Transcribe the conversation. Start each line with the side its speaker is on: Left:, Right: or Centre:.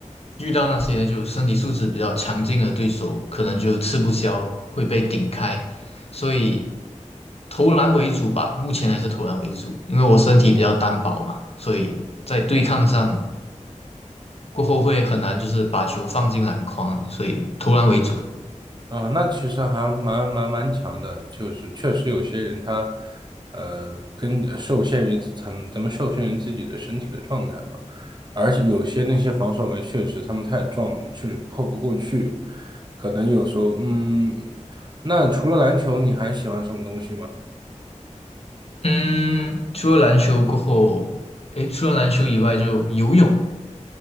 Left: 遇到那些就身体素质比较强劲的对手，可能就吃不消，会被顶开，所以投篮为主吧，目前还是投篮为主，因为我身体比较单薄嘛，所以在对抗上过后会很难，就是把球放进篮筐啊，所以投篮为主。
Right: 嗯，那其实还蛮蛮蛮强的，就是确实有些人他，呃，跟呃受限于咱们咱们受限于自己的身体的状态嘛，而且有些那些防守围确实他们太壮了，我们确实破不过去，可能有时候，嗯，那除了篮球，你还喜欢什么东西吗
Left: 嗯，除了篮球过后，诶，除了篮球以外，就游泳。